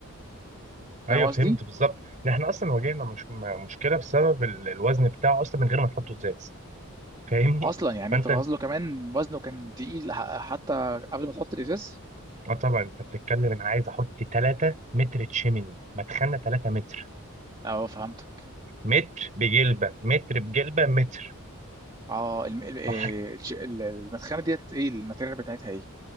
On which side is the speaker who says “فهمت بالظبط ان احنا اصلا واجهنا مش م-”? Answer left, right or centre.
Right